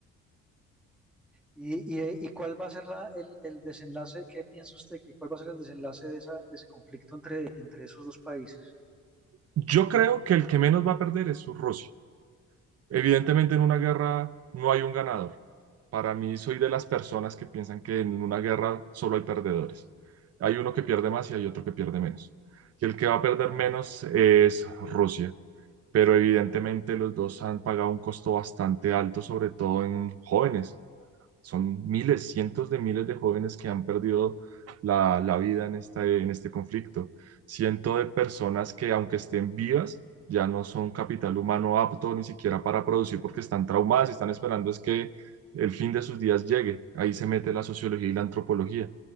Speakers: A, in the centre; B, on the right (about 55°).
A: ¿Y, y, y cuál va a ser la- el, el desenlace? ¿Qué piensa usted? que cuál va a ser el desenlace de, esa, de ese conflicto entre, entre esos dos países?
B: Yo creo que el que menos va a perder es Rusia. Evidentemente en una guerra no hay un ganador. Para mí soy de las personas que piensan que en una guerra solo hay perdedores. Hay uno que pierde más y hay otro que pierde menos. Y el que va a perder
A: Claro.
B: menos es Rusia. Pero evidentemente los dos han pagado un costo bastante alto, sobre todo en jóvenes. Son miles, cientos de miles de jóvenes que han perdido la, la vida en esta- en este conflicto. Cientos de personas que, aunque estén vivas, ya no son capital humano apto ni siquiera para producir porque están traumadas y están esperando es que el fin de sus días llegue. Ahí se mete la sociología y la antropología.